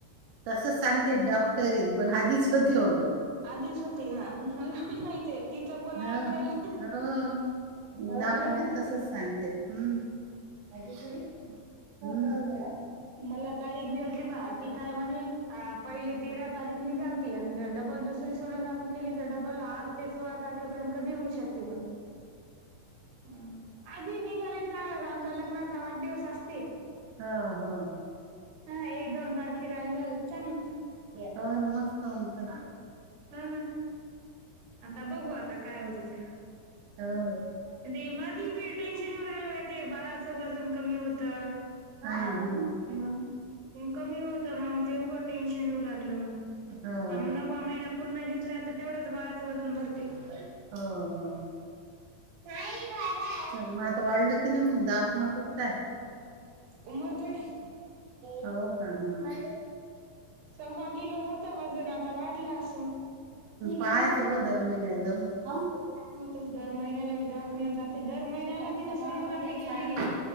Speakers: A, on the right; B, on the right.
A: तसंच सांगते डॉक्टरीन पण आधीच हो देेऊन
B: आधीच होते ना मला माहित आहे तिचं कोण
A: हो
B: ऐकायला
A: हो दवाखान्यात
B: हो ना
A: तसच सांगते हम्म माहिती जुडी झालाय हम्म
B: मला तारीख देल त बा ती काय म्हणे आ पहिले तेरा तारीख निघालती आणि डबल दुसरी सोनोग्राफी केली तर डबल आठ ते सोळा तारखेपर्यंत कधी होऊ शकते म्हण हम्म, आधी निघाली चांगलाच आमचा लग्नाचा वाढदिवस असते
A: हो हो.
B: हा एक दोन तारखेला निघाली चांगली
A: हो ना मस्त आंत
B: हा ना आता बघू आता काय वजेच
A: हो
B: रेमा दि बी टेन्शन येऊ लागलं पाहि ते बाळाचं वजन कमी होतं
A: हा हम
B: कमी होत मग तेवघं टेन्शन येऊ लागलं मग
A: हो
B: मग नववा महिना पूर्ण घेतल्यात. ते तेवडच बाळाचं वजन भ
A: हो हो. मग आता वाढलं की नाही मग दवाखाना कुठचा आहे?
B: उमर काय
A: हो का हा.
B: सव्वा किलो होतं वजन आता वाढला असून.
A: पायच हो दर महिन्या जाऊ होऊ.
B: होतच दर महिन्याला मी दवाखान्यात जाते दर महिन्याला तिने
A: सकाळी
B: सोनोग्राफी
A: मोठी
B: केलेली
A: शाळा
B: आहे.